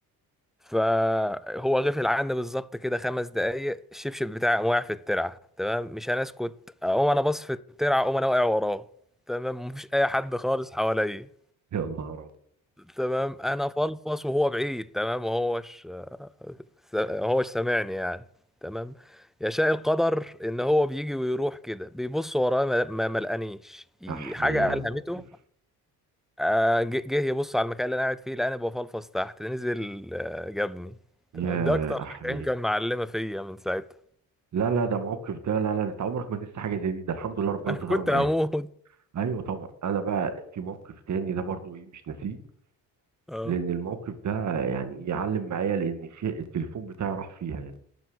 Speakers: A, in the centre; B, on the right.
A: فهو غفل عني بالظبط كده خمس دقايق الشبشب بتاعي قام واقع في الترعه تمام مش هنسكت اقوم انا باص في الترعه اقوم انا واقع وراه تمام مفيش اي حد خالص حواليا
B: يا نهار أبيض
A: تمام انا فلفص وهو بعيد تمام وهوش هوش سامعني يعني تمام يشاء القدر ان هو بيجي ويروح كده بيبص ورايا ما ما- ما لقانيش ي-
B: أحيي
A: حاجه
B: على
A: الهمته
B: الموقف
A: آه، جه جه يبص على المكان اللي انا قاعد فيه لقاني بفلفص تحت نزل آه، جابني
B: يا
A: تمام ده اكتر
B: أحيي
A: حاجه يمكن معلمه فيا من ساعتها
B: لا لا ده موقف ده لا لا ده أنت عمرك ما تنسى حاجة زي دي ده الحمد لله ربنا
A: <laughs> انا
B: سترها
A: كنت
B: معاك
A: هموت
B: ايوه طبعا انا بقى في موقف تاني ده برضو ايه مش ناسيه
A: اه
B: لان الموقف ده يعني يعلم معايا لان في التليفون بتاعي راح فيها يعني